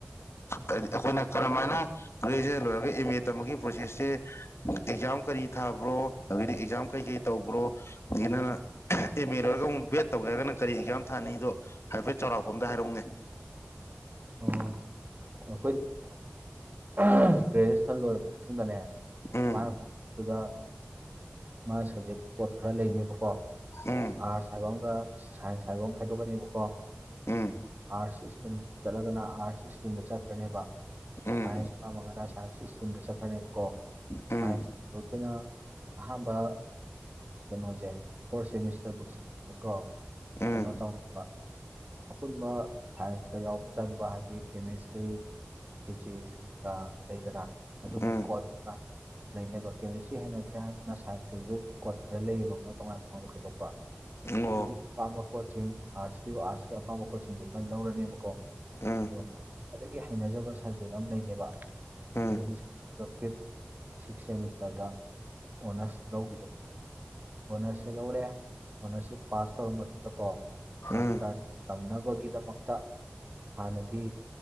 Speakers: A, on the left (about 90°); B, on the right (about 45°).
A: ꯍꯥꯏꯗꯤ ꯑꯩꯈꯣꯏꯅ ꯀꯔꯝꯍꯥꯏꯅ ꯒ꯭ꯔꯦꯖꯨꯑꯦꯁꯟ ꯂꯣꯏꯔꯒ ꯑꯦꯝ ꯑꯦ ꯇꯝꯕꯒꯤ ꯄ꯭ꯔꯣꯁꯦꯁꯁꯦ ꯑꯦꯛꯖꯥꯝ ꯀꯔꯤ ꯊꯥꯕ꯭ꯔꯣ ꯍꯥꯏꯗꯤ ꯑꯦꯛꯖꯥꯝ ꯀꯩꯀꯩ ꯇꯧꯕ꯭ꯔꯣ ꯑꯗꯒꯤ ꯅꯅ ꯑꯦꯝ ꯑꯦ ꯂꯣꯏꯔꯒ ꯑꯃꯨꯛ ꯕꯤꯦꯗ ꯇꯧꯒꯦ ꯍꯥꯏꯒꯅ ꯀꯔꯤ ꯑꯦꯛꯖꯥꯝ ꯊꯥꯅꯤꯗꯣ ꯍꯥꯏꯐꯦꯠ ꯆꯥꯎꯔꯥꯛꯄ ꯑꯝꯗ ꯍꯥꯏꯔꯛꯎꯅꯦ
B: ꯑꯣ ꯑꯩꯈꯣꯏ ꯒ꯭ꯔꯦꯖꯨꯌꯦꯦꯁꯟ ꯂꯣꯏꯔꯕ ꯃꯇꯨꯡꯗꯅꯦ
A: ꯎꯝ
B: ꯃꯥꯅ ꯀꯗ ꯃꯥꯒꯤ ꯁꯕꯖꯦꯛ ꯄꯣꯠ ꯈꯔ ꯂꯩꯅꯦꯕꯀꯣ
A: ꯎꯝ
B: ꯑꯥꯔꯠꯁ ꯍꯥꯏꯕ ꯑꯃꯒ ꯁꯥꯏꯟꯁ ꯍꯥꯏꯕ ꯑꯃ ꯈꯥꯏꯗꯣꯛꯀꯅꯦꯕꯀꯣ ꯑꯥꯔꯠꯁ꯫
A: ꯎꯝ
B: ꯆꯠꯂꯒꯅ ꯑꯥꯔꯠꯁ ꯏꯁꯇ꯭ꯔꯤꯝꯗ ꯆꯠꯈ꯭ꯔꯅꯦꯕ
A: ꯎꯝ
B: ꯁꯥꯏꯟꯁ ꯄꯥꯝꯃꯒꯅ ꯁꯥꯏꯟꯁ ꯏꯁꯇ꯭ꯔꯤꯝꯗ ꯆꯠꯈ꯭ꯔꯅꯦꯕꯀꯣ
A: ꯎꯝ
B: ꯁꯥꯏꯟꯁꯇꯣ ꯑꯩꯈꯣꯏꯅ꯫ ꯍꯥꯕꯕꯥ ꯀꯩꯅꯣꯖꯦ ꯐꯣꯔ ꯁꯦꯃꯤꯁꯇꯔꯕꯨꯛ ꯁꯤꯗꯅꯤꯀꯣ
A: ꯎꯝ
B: ꯀꯩꯅꯣ ꯇꯧꯕ ꯑꯄꯨꯟꯕ ꯁꯥꯏꯟꯁꯇ ꯌꯥꯎꯕ ꯆꯪꯕ ꯍꯥꯏꯗꯤ ꯀꯦꯃꯦꯁꯇ꯭ꯔꯤ ꯐꯤꯖꯤꯛꯁꯀ ꯂꯩꯗꯅ ꯑꯗꯨꯒꯤ
A: ꯎꯝ
B: ꯀꯣꯠꯇꯥ ꯂꯩꯅꯕ ꯀꯦꯃꯤꯁꯇ꯭ꯔꯤ ꯍꯩꯅꯗ꯭ꯔꯦ ꯍꯥꯏꯗꯨꯅ ꯁꯥꯏꯟꯁꯇꯥꯖꯨ ꯀꯣꯠ ꯈꯔ ꯂꯩꯌꯦꯕ ꯃꯣꯏ ꯇꯣꯉꯥꯟ ꯇꯣꯉꯥꯟꯕ ꯈꯥꯏꯗꯣꯛꯄ
A: ꯎꯝ ꯑꯣ
B: ꯑꯗꯨꯒꯤ ꯑꯄꯥꯝꯕ ꯄꯣꯠꯆꯁꯤꯡ ꯑꯥꯔꯠꯁꯀꯤ ꯑꯥꯔꯠꯁꯀꯤ ꯑꯄꯥꯝꯕ ꯀꯣꯠꯁꯤꯡꯗꯨ ꯈꯣꯏꯅ ꯂꯧꯔꯅꯦꯕꯀꯣ
A: ꯎꯝ
B: ꯑꯗꯣꯝ ꯈ꯭ꯋꯥꯏꯗꯒꯤ ꯍꯩꯅꯖꯕ ꯁꯕꯖꯦꯛ ꯑꯃ ꯂꯩꯅꯦꯕ
A: ꯎꯝ ꯎꯝ
B: ꯑꯗꯨꯒꯤ ꯕꯐꯤꯞ ꯁꯤꯛꯁ ꯁꯦꯃꯤꯁꯇꯔꯗ ꯑꯣꯅꯔꯁ ꯂꯧꯈꯤꯗꯠꯅꯦꯕ ꯑꯣꯅꯔꯁꯁꯦ ꯂꯧꯔꯦ ꯑꯣꯅꯔꯁꯤꯞ ꯄꯥꯁ ꯇꯧꯔꯕ ꯃꯇꯨꯡꯗꯀꯣ ꯃꯥꯁꯇꯔ
A: ꯎꯝ ꯎꯝ ꯎꯝ ꯎꯝ
B: ꯇꯝꯅꯕꯒꯤꯗꯃꯛꯇ ꯍꯥꯟꯅꯗꯤ